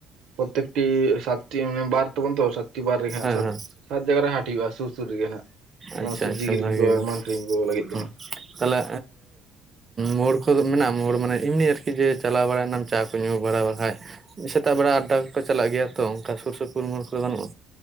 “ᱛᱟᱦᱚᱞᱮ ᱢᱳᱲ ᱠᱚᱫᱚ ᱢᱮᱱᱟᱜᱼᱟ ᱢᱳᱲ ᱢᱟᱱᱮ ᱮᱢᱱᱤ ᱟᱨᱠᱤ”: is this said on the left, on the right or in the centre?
Right